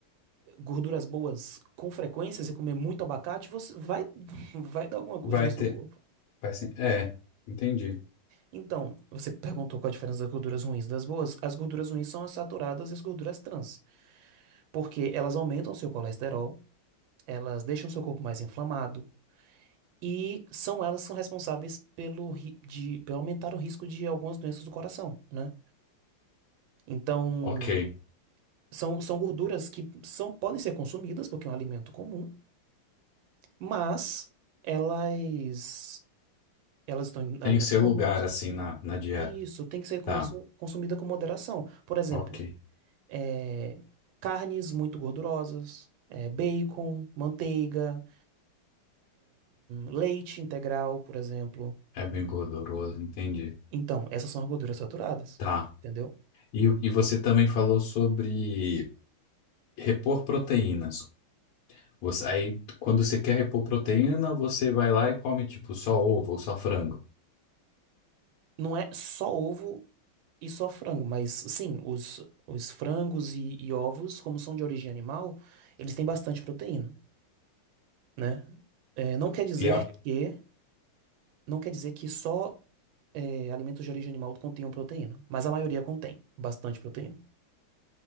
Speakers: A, on the right; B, on the left.
A: gorduras boas com frequência, se comer muito abacate, você vai, <laughs> vai dar alguma coisa
B: Vai
A: no seu
B: ter.
A: corpo.
B: Vai ser, é, entendi.
A: Então, você perguntou qual a diferença das gorduras ruins das boas. As gorduras ruins são as saturadas e as gorduras trans, porque elas aumentam seu colesterol, elas deixam seu corpo mais inflamado e são elas que são responsáveis pelo, ri- de, pelo aumentar o risco de algumas doenças do coração, né? Então,
B: Ok.
A: são, são gorduras que são, podem ser consumidas, porque é um alimento comum, Mas elas elas estão em alimentos
B: Tem seu
A: comuns
B: lugar, assim, na, na dieta.
A: e isso tem que ser comi-
B: Tá.
A: consumida com moderação. Por exemplo,
B: Ok.
A: é, carnes muito gordurosas, é, bacon, manteiga, leite integral, por exemplo.
B: É bem gorduroso, entendi.
A: Então, essas são as gorduras saturadas,
B: Tá.
A: entendeu?
B: E, o- e você também falou sobre repor proteínas. Você, aí, quando você quer repor proteína, você vai lá e come, tipo, só ovo ou só frango.
A: Não é só ovo e só frango, mas sim, os, os frangos e, e ovos, como são de origem animal, eles têm bastante proteína, né? É, não quer dizer
B: E, a-
A: que Não quer dizer que só é, alimentos de origem animal contenham proteína, mas a maioria contém bastante proteína,